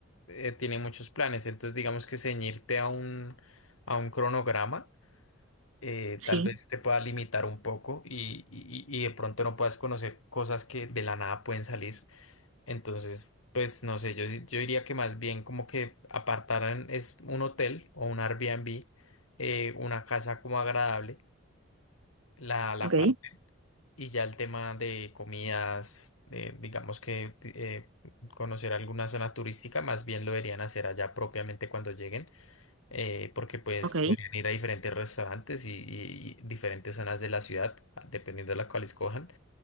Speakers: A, on the left; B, on the right.
A: eh, tiene muchos planes, entonces digamos que ceñirte a un, a un cronograma eh,
B: Sí,
A: tal vez te pueda limitar un poco y, y- y de pronto no puedas conocer cosas que de la nada pueden salir. Entonces, pues no sé, yo, di- yo diría que más bien como que apartaran es un hotel o un Airbnb, eh, una casa como agradable, la, la
B: ¿ok?
A: parte, y ya el tema de comidas, eh, digamos que eh, conocer alguna zona turística, más bien lo deberían hacer allá propiamente cuando lleguen eh, porque pues
B: ok,
A: podrían ir a diferentes restaurantes y, y- y diferentes zonas de la ciudad, dependiendo de la cual escojan,